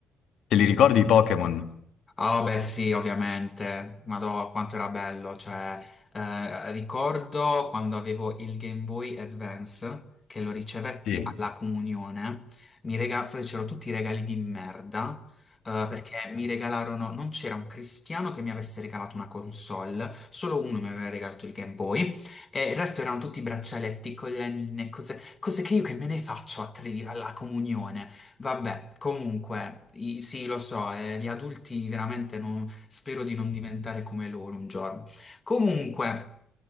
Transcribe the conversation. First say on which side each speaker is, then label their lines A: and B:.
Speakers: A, on the left; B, on the left.
A: Te li ricordi i Pokémon?
B: Ah, beh, sì, ovviamente. Madò, quanto era bello. Cioè, eh, ricordo quando avevo il Game Boy Advance, che lo ricevetti
A: Sì.
B: alla comunione, mi rega- fecero tutti i regali di merda, eh, perché mi regalarono... Non c'era un cristiano che mi avesse regalato una console, solo uno mi aveva regalato il Game Boy, e il resto erano tutti braccialetti, collanine, cose, cose che io che me ne faccio a tri- alla comunione. Vabbè, comunque, i- sì, lo so, eh, gli adulti veramente non- spero di non diventare come loro un giorno. Comunque,